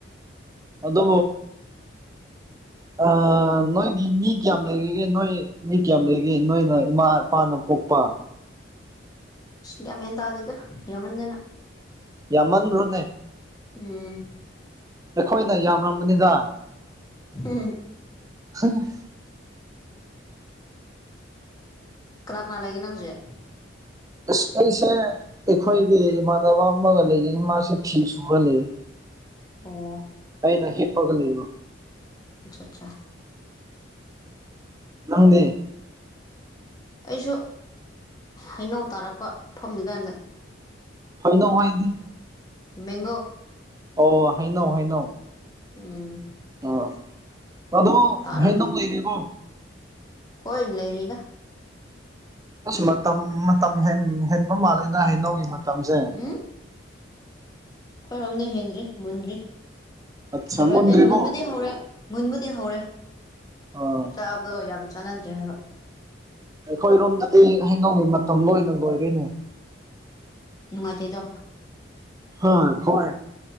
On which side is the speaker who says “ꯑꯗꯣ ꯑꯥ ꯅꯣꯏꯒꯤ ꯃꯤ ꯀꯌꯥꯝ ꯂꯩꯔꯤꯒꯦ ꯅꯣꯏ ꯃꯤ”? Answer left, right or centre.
Right